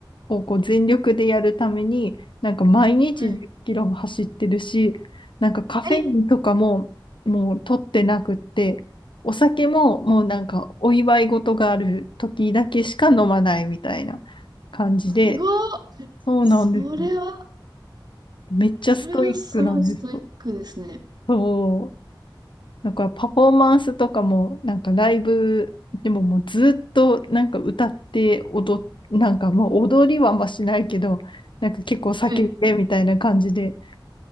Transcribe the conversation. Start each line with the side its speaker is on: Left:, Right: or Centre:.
Left: をこう全力でやるために、なんか毎日10キロも走ってるし、
Right: はい。
Left: なんかカフェインとかももう取ってなくって、
Right: え、
Left: お酒ももうなんかお祝い事がある時だけしか飲まないみたいな感じで、
Right: すごい。
Left: そうなんですよ。
Right: それは、
Left: めっちゃストイックなんですよ。
Right: それはすごいストイックですね。
Left: そうだからパフォーマンスとかも、なんかライブでももうずっとなんか歌って踊っ、なんかもう踊りはあんましないけど、なんか結構叫んでみたいな感じで、
Right: はい。